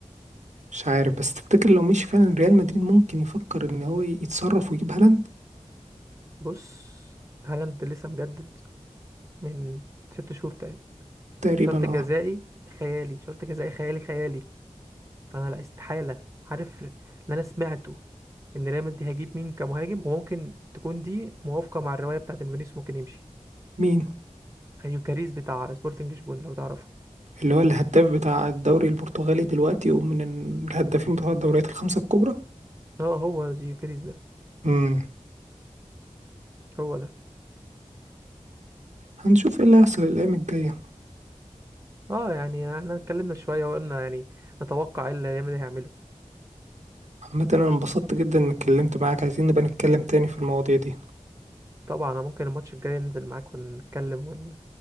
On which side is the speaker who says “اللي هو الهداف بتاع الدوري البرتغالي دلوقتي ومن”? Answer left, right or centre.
Right